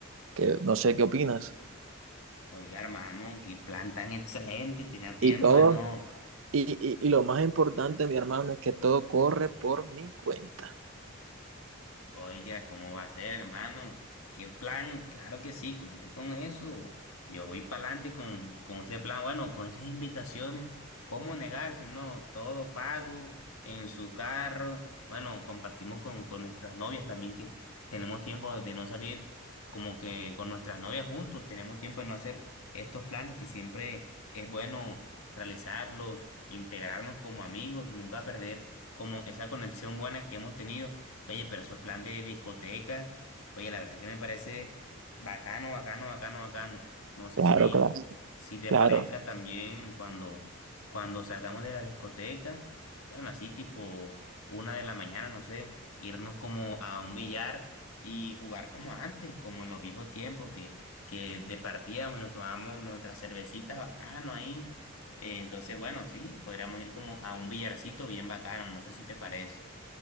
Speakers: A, on the right; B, on the left.
A: que no sé qué opinas.
B: Oiga, hermano, qué plan tan excelente, tenía tiempo
A: Y todo,
B: de no,
A: y, y, y lo más importante, mi hermano, es que todo corre por mi cuenta.
B: Oiga, ¿cómo va a ser, hermano? ¿Qué plan? Claro que sí, cuente con eso. Yo voy para adelante con, con ese plan, bueno, con esas invitaciones. ¿Cómo negarse? No, todo pago, en su carro. Bueno, compartimos con, con nuestras novias también que tenemos tiempo de no salir como que con nuestras novias juntos. Tenemos tiempo de no hacer estos planes que siempre es bueno realizarlos, integrarnos como amigos, nunca perder como esa conexión buena que hemos tenido. Oye, pero esos plan de discoteca, oye, la verdad que me parece bacano, bacano, bacano, bacano. No sé
A: Claro,
B: si,
A: claro,
B: si te
A: claro.
B: parezca también cuando, cuando salgamos de la discoteca, bueno, así tipo una de la mañana, no sé, irnos como a un billar y jugar como antes, como en los viejos tiempos que, que departíamos y nos tomábamos nuestras cervecitas bacano ahí. Eh, entonces, bueno, sí, podríamos ir como a un billarcito bien bacano, no sé si te parece.